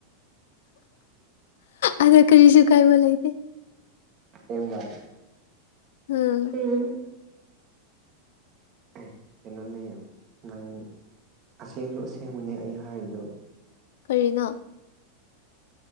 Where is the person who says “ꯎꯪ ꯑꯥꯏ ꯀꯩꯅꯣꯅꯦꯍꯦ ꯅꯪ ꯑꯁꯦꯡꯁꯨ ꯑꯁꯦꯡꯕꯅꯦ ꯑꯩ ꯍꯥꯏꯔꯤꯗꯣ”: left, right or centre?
Right